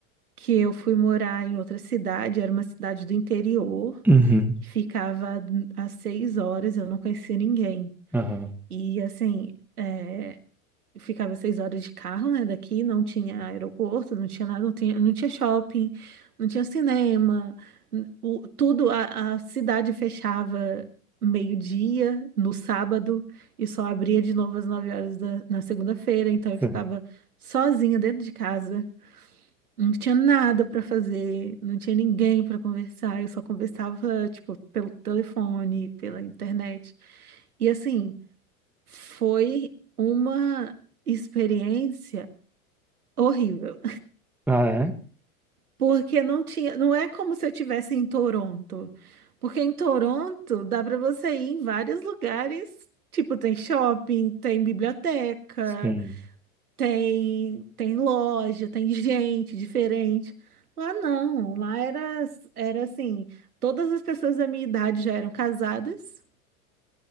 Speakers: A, on the right; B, in the centre.
A: que eu fui morar em outra cidade, era uma cidade do interior,
B: Uhum.
A: que ficava às seis horas, eu não conhecia ninguém.
B: Aham.
A: E assim, é, eu ficava seis horas de carro, né, daqui, não tinha aeroporto, não tinha nada, não tinha, não tinha shopping, não tinha cinema, n- o- tudo, a, a cidade fechava meio-dia no sábado e só abria de novo às nove horas da, na segunda-feira, então eu
B: <laughs> Sim.
A: ficava sozinha dentro de casa. Não tinha nada para fazer, não tinha ninguém para conversar, eu só conversava, tipo, pelo telefone, pela internet. E assim, foi uma experiência horrível,
B: Ah, é?
A: porque não tinha, não é como se eu tivesse em Toronto. Porque em Toronto dá para você ir em vários lugares, tipo, tem shopping, tem biblioteca,
B: Sim.
A: tem tem loja, tem <laughs> gente diferente. Lá não, lá era era assim, todas as pessoas da minha idade já eram casadas.